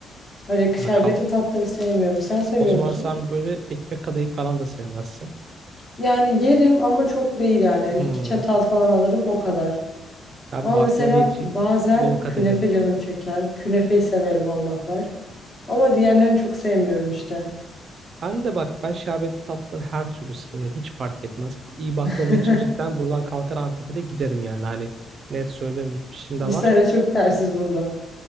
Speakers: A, on the left (about 40°); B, on the right (about 55°).
A: Hani şerbetli
B: Ya kab-
A: tatları sevmiyorum. Sen seviyor
B: o zaman
A: musun?
B: sen böyle ekmek kadayıf falan da sevmezsin.
A: Yani yerim ama çok değil yani. Hani
B: Hmm.
A: iki çatal falan alırım o kadar.
B: Ben
A: Ama
B: baklava
A: mesela
B: için
A: bazen
B: yol kat
A: künefe
B: ederim.
A: canım çeker. Künefeyi severim Allah var. Ama diğerlerini çok sevmiyorum işte.
B: Ben de bak ben şerbetli tatlıları her türlüsünü yerim. Hiç fark etmez ki. İyi baklava
A: <laughs>
B: için cidden buradan kalkar Antep'e de giderim yani. Hani net söylüyorum gitmişim
A: Bir
B: de var.
A: sene çok tersiz bunda.